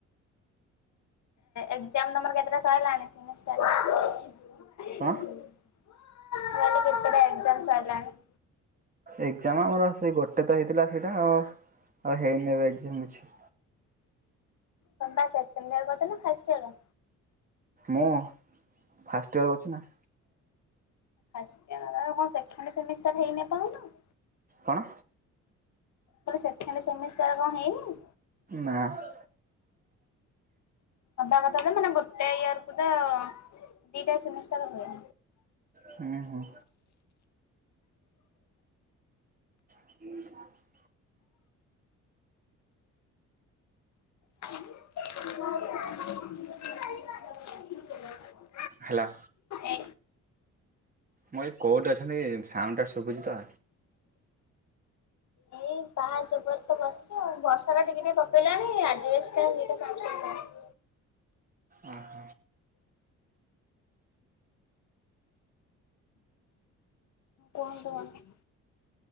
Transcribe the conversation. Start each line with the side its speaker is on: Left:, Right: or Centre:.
Left: ଏକ୍ଜାମଟା ତମର କେତେଟା ସଇଲାଣି ସେମିଷ୍ଟାର?
Right: କଣ?
Left: ମୁଁ କହିଲି କେତେଟା ଏକ୍ଜାମ ସଇଲାଣି?
Right: ଏକ୍ଜାମ ଆମର ସେଇ ଗୋଟେ ତ ହେଇଥିଲା ସେଇଟା ଆଉ ହେଇନିଏବେ ଏକ୍ଜାମ କିଛି।
Left: ପ୍ରକାଶ ସେକେଣ୍ଡ ଇୟର କରୁଛି ନା ଫାଷ୍ଟ ଇୟର?
Right: ମୁଁ ଫାଷ୍ଟ ଇୟର କରୁଛି ନା।
Left: ଫାଷ୍ଟ ଇୟର କଣ ସେଖେଣ୍ଡ ସେମିଷ୍ଟାର ହେଇନି ଏପର୍ଯ୍ୟନ୍ତ?
Right: କଣ?
Left: ମୁଁ କହିଲି ସେଖେଣ୍ଡ ସେମିଷ୍ଟାର କଣ ହେଇନି?
Right: ନାପା।
Left: ହବା କଥା ତ ମାନେ ଗୋଟେ ଇୟର କୁ ତ ଦିଟା ସେମିଷ୍ଟାର ହୁଏ।
Right: ହୁଁ ହୁଁ ହୁଁ।
Left: <unintelligible>
Right: ହାଲୋ।
Left: ଏ
Right: ମୁଁ କହିଲି କଉଠି ଅଛନ୍ତିକି ସାଉଣ୍ଡଟା ସୁୁଭୁଜିତ?
Left: ଏଇ ପାହଚ ଉପରେ ତ ବସିଛୁ ଆଉ ବର୍ଷା ଟା ଟିକେ ଟିକେ ପକେଇଲାଣି ଅଜବେଷ୍ଟ <unintelligible>
Right: ଅହ।
Left: କଣ କୁହନ୍ତି?